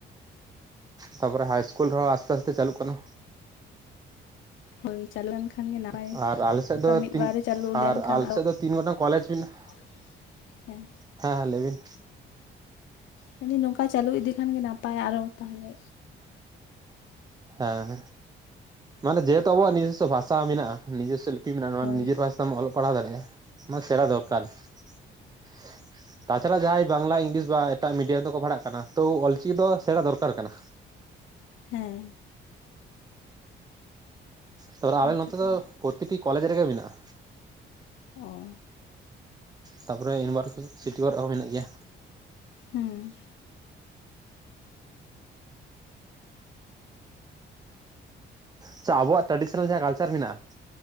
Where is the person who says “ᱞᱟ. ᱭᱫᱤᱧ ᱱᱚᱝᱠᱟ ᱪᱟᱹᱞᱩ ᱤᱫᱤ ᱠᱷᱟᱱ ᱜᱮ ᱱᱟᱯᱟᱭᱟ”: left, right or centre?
Left